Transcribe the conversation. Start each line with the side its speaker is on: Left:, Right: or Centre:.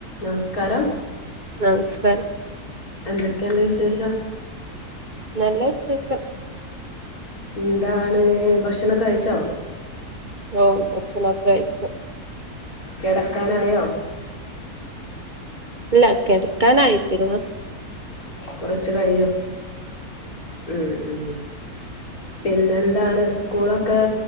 Left: നമസ്കാരം
Right: നമസ്കാരം
Left: എന്തൊക്കെയണ്ട് വിശേഷം
Right: നല്ല വിശേഷം
Left: എന്താണ് ഭക്ഷണൊക്കെ കഴിച്ചോ
Right: ഓ ബസനൊക്കെ കഴച്ച
Left: കിടക്കാനായോ
Right: ഇല്ല കിടക്കാൻ ആയിട്ടില്ല
Left: കുറച്ചു കഴിയും ഉം പിന്നെന്താണ് സ്കൂളൊക്കെ